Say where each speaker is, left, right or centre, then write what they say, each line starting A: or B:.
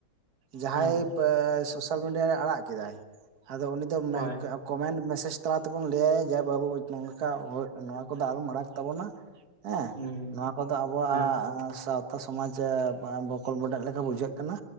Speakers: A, on the right; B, on the right.
A: ᱡᱟᱦᱟᱸᱭ
B: ᱦᱩᱸ
A: ᱥᱳᱥᱟᱞ ᱢᱤᱰᱤᱭᱟ ᱨᱮ ᱟᱲᱟᱜ ᱠᱮᱫᱟᱭ ᱟᱫᱚ ᱩᱱᱤ ᱫᱚ
B: ᱦᱳᱭ
A: ᱠᱚᱢᱮᱱᱴ ᱢᱮᱥᱮᱡᱽ ᱛᱟᱞᱟ ᱛᱮᱵᱚᱱ ᱞᱟᱹᱭᱟᱭ ᱡᱮ ᱵᱟᱹᱵᱩ ᱱᱚᱝᱠᱟ ᱱᱚᱣᱟ ᱠᱚᱫᱚ ᱟᱞᱚ ᱟᱲᱟᱠ ᱛᱟᱵᱚᱱᱟ ᱦᱮᱸ
B: ᱦᱩᱸ
A: ᱱᱚᱣᱟ ᱠᱚᱫᱚ ᱟᱵᱚᱣᱟᱜ
B: ᱦᱮᱸ
A: ᱛᱚ ᱥᱚᱢᱟᱡᱽ ᱵᱚᱠᱚᱞ ᱵᱚᱰᱟᱜ ᱞᱮᱠᱟ ᱵᱩᱡᱷᱟᱹᱜ ᱠᱟᱱᱟ